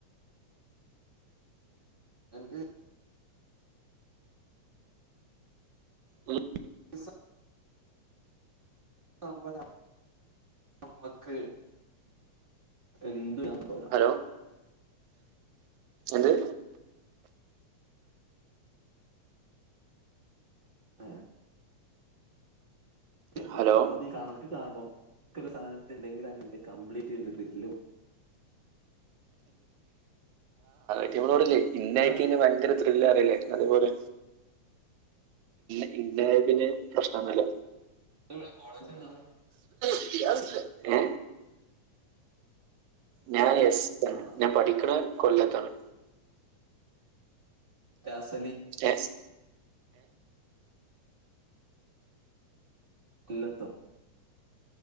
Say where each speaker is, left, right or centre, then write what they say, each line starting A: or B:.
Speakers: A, on the right; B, on the right.
A: എന്ത്
B: ഉം.
A: ഇസ ട്ടോമ്പതാ നമ്മക്ക്‌ എന്ത് നാം കോട
B: ഹലോ എന്ത്
A: അയ ഈ
B: ഹലോ
A: ഒന്നാമതീ കണക്ക് കാൺമ്പം ക്ക്‌ ഒരു സാധൻത്തിണ്ടെങ്കിൽ അയ്ന്നതെ കംപ്ലീറ്റ് എയ്തിതെര്ലും
B: <unintelligible> ഇന്നാക്കീന്
A: ഏതാ
B: ഭയങ്കര ത്രിലേറല്ലേ അത്പോലെ. പിന്നെ പിന്നെ പ്രശ് നൊന്നുല്ല.
A: ട്ടണ് കോളേജേതാ?
B: ഏ ഞാൻ യസ്
A: ആ
B: ഞാ പഠിക്കണ കൊല്ലത്താണ്
A: തസ്
B: ഏസ്
A: കൊല്ലത്തോ